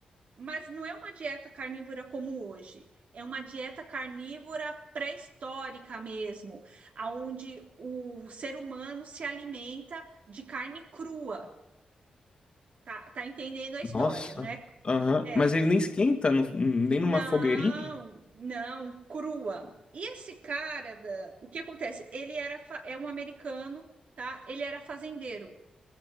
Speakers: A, on the right (about 70°); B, on the left (about 45°).
A: mas não é uma dieta carnívora como hoje. É uma dieta carnívora pré-histórica mesmo, aonde o ser humano se alimenta de carne crua. Tá, tá entendendo a história,
B: Nossa.
A: né?
B: Aham.
A: É,
B: Mas ele nem esquenta, no- nem
A: não,
B: numa fogueirinha?
A: não, crua. E esse cara, da, o que acontece? Ele era fa- é um americano, tá? Ele era fazendeiro.